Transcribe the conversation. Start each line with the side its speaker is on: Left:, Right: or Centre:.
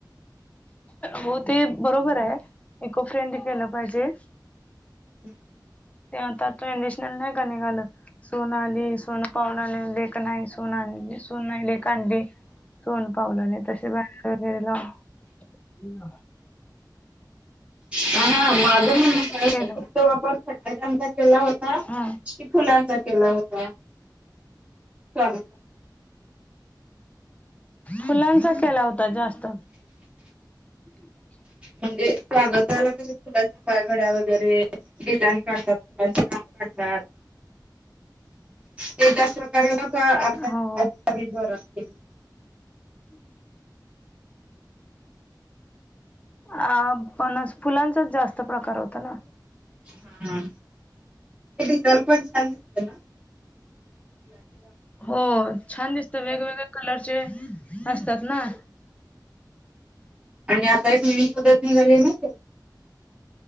Left: हो ते बरोबर आहे इको फ्रेंड केलं पाहिजे.
Right: हम्म.
Left: ते आता ट्रेडिशनल नाही का निघालं, सुन आली सोन पावलानं आली. क नाही सुन आण सुन नाही लेक आणली. सोन पावलाने तसे गाणं वगैरे लावून
Right: हा हा माझ म्हणणं काय
Left: केलं
Right: तो वापर फटाक्यांचा केला होता
Left: हा.
Right: फुलांचा केला होता? स्वागत
Left: फुलांचा केला होता जास्त. <inaudible>
Right: म्हणजे स्वागत त्याला कशा फुलांच्या पायघड्या वगैरे डिझाईन काढतात, फुलांचे रांगोळी काढतात. ते त्याच प्रकारे <unintelligible> आपल्या
Left: हो
Right: <unintelligible> जोरात केलीत.
Left: हम्म. अ पण फुलांचाच जास्त प्रकार होता ना.
Right: हा, ते दिसायला पण छान दिसतं ना?
Left: हो छान दिसत. वेगवेगळे कलरचे असतात ना.
Right: आणि आता हि <unintelligible>